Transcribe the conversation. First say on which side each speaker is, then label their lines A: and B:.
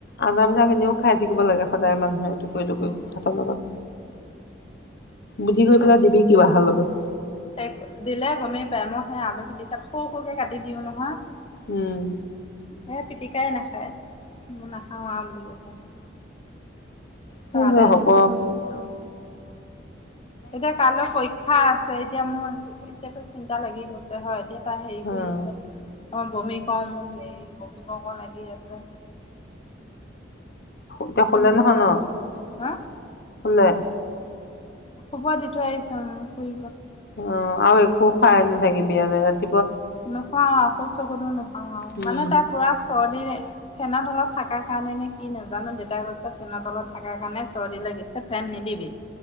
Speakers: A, on the left; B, on the left.
A: আদাবিলাক এনেও খাই থাকিব লাগে সদায় মানুহে। টুকুৰি-টুকুৰি
B: যে
A: ভাতৰ লগত বুজি গৈ পেলাই দিবি কিবাহৰ লগত।
B: তাই দিলে গমেই পায়, মই সেই আলু পিটিকাত সৰু-সৰুকে কাটি দিওঁ নহয়।
A: উম।
B: সেয়া পিটিকাই নাখ খাই, ম নাখাওঁ আৰু বুলি ক'ব। তই
A: কি
B: আদা
A: যে হ'ব
B: দিছ, মই নাখাওঁ। এতিয়া কাইলৈ পৰীক্ষা আছে এতিয়া মোৰ এতিয়াতো চিন্তা লাগি গৈছে হয়, এতিয়া তাই হেৰি কৰি
A: উম,
B: আছে। অকণ বমি কও মোক হেৰি বমি কৰো কৰো লাগি আছে।
A: এতিয়া শুলে
B: তেনেকে
A: নহয়
B: কৈ
A: ন,
B: আছে হা
A: শুলে।
B: শুব দি থৈ আহিছো আৰু, ফু
A: অঁ আৰু একো খুৱাই নাথাকিবি আজি ৰা
B: নোখাৱাও ঔষধ সৌষধু নোখোৱাও আৰু
A: উম,
B: মানে তাই পোৰা চৰ্দি ফেনৰ তলত থকাৰ কাৰণে নে কি নাজানো, দেউতাই কৈছে ফেনত তলত থকাৰ কাৰণে চৰ্দি লাগিছে ফেন নিদিবি।